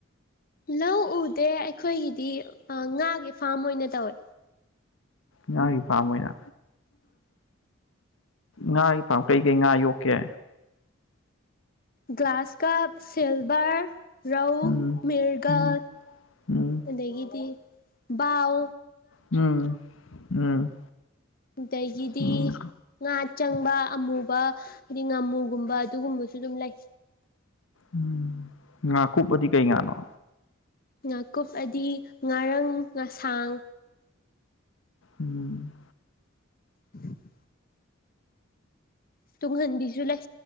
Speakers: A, on the left; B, on the left.
A: ꯂꯧ ꯎꯗꯦ ꯑꯩꯈꯣꯏꯒꯤꯗꯤ ꯉꯥꯒꯤ ꯐꯥꯔꯝ ꯑꯣꯏꯅ ꯇꯧꯋꯦ
B: ꯉꯥꯒꯤ ꯐꯥꯝ ꯑꯣꯏꯅ ꯉꯥꯒꯤ ꯐꯥꯝ ꯀꯩꯀꯩ ꯉꯥ ꯌꯣꯛꯀꯦ
A: ꯀ꯭ꯂꯥꯁ ꯀꯞ ꯁꯤꯜꯚꯔ ꯔꯧ
B: ꯎꯝ
A: ꯃꯤꯔꯒꯜ
B: ꯎꯝ ꯎꯝ
A: ꯑꯗꯒꯤꯗꯤ ꯕꯥꯜ
B: ꯎꯝ ꯎꯝ
A: ꯑꯗꯒꯤꯗꯤ
B: ꯎꯝ
A: ꯉꯥ ꯆꯪꯕ ꯑꯃꯨꯕ ꯑꯗꯤ ꯉꯥꯃꯨꯒꯨꯝꯕ ꯑꯗꯨꯒꯨꯝꯕꯁꯨ ꯑꯗꯨꯝ ꯂꯩ
B: ꯎꯝ ꯉꯥꯀꯨꯞ ꯍꯥꯢꯗꯤ ꯀꯩ ꯉꯥꯟꯅꯣ
A: ꯉꯥꯀꯨꯞ ꯑꯗꯤ ꯉꯥꯔꯥꯡ ꯉꯁꯥꯡ
B: ꯎꯝ
A: ꯎꯝ <inaudible> ꯇꯨꯡ ꯍꯟꯗꯤꯁꯨ ꯂꯩ